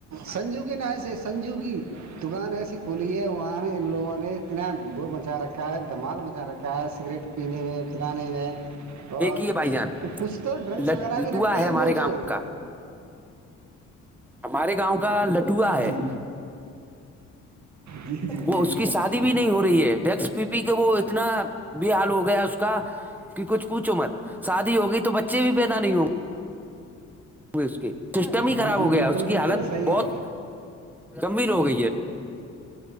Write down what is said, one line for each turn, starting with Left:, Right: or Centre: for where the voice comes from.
Right: سنجو کے ن سے سنجو کی دکان ایسی پلیے وہاں ان لوگوں نے اتنا بھو مچا رکھا ہے دمال مچا رکھا ہے سگریٹ پ نہیں ہو پ نہیں میں اور
Centre: دیکھیے بھائی جان
Right: کچھ تو ڈرنکس
Centre: لٹوا
Right: وغیرہ بھی رکھتے
Centre: ہے
Right: ہیں
Centre: ہمارے
Right: وہ تو
Centre: گاؤں کا ہمارے گاؤں کا لٹووا ہے
Right: جی جی جی
Centre: وہ
Right: جی
Centre: اس کی ساتھ بھی نہیں ہو رہی ہے ڈس پی پی کے وہ اتنا بھی حال ہو گیا اس کا کہ کچھ پوچھو مت شادی ہوگئی تو بچے بھی پیدا نہیں ہوں گے اس کے سسٹم ہی خراب
Right: ہاں جی
Centre: ہو گیا
Right: بالکل
Centre: اس کی
Right: بالکل
Centre: حالت
Right: صحیح
Centre: بہت
Right: ہے
Centre: گمبر ہو گئی ہے